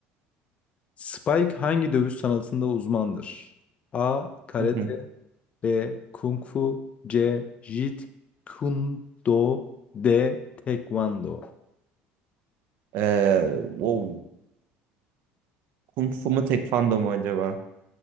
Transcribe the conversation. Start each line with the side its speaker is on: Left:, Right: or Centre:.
Left: Spike hangi dövüş sanatında uzmandır? A. Karate
Right: Hı hı.
Left: B. Kung Fu C. Jeet Kune Do D. Taekwondo
Right: Ee, wow. Kung Fu mu Tekvando mu acaba?